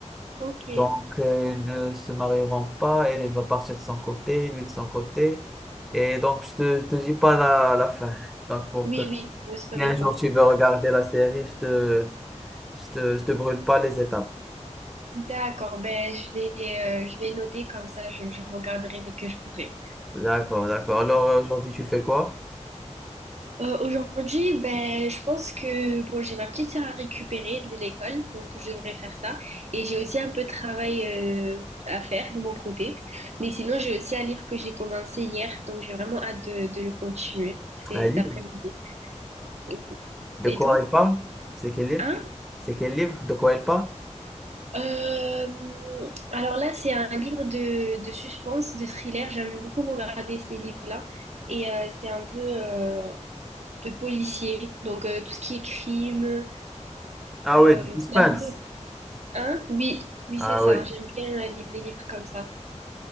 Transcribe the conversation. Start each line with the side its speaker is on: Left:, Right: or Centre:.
Right: Ok. Oui,
Centre: Donc, euh, ils ne se marieront pas, elle, elle va partir de son côté, lui de son côté. Et donc, je te, je te dis pas la, la fin. Donc, pour
Right: oui,
Centre: que
Right: ne spoil
Centre: si un jour
Right: pas.
Centre: tu veux
Right: D'accord.
Centre: regarder la série, je te, je te, je te brûle pas les étapes.
Right: D'accord, ben je vais euh, je vais le noter comme ça je, je regarderai dès que je pourrai.
Centre: D'accord, d'accord. Alors, aujourd'hui, tu fais quoi?
Right: Euh, aujourd'hui, ben je pense que bon, j'ai ma petite sœur à récupérer de l'école, donc je devrais faire ça et j'ai aussi un peu de travail euh, à faire de mon côté. Mais sinon, j'ai aussi un livre que j'ai commencé hier, donc j'ai vraiment hâte de, de le continuer. C'est
Centre: Un
Right: cet
Centre: livre?
Right: après-midi. Et,
Centre: De
Right: et
Centre: quoi
Right: toi?
Centre: il parle? C'est quel livre?
Right: Hein?
Centre: C'est quel livre? De quoi il parle?
Right: Euh, alors là, c'est un livre de, de suspense, de thriller. J'aime beaucoup regarder ces livres-là. Et euh, c'est un peu euh, de policier. Donc euh, tout ce qui est crime,
Centre: Ah
Right: euh,
Centre: oui, du suspense.
Right: c'est un peu... Hein? Oui, oui,
Centre: Ah
Right: c'est ça.
Centre: oui,
Right: J'aime bien euh, lire des livres comme ça.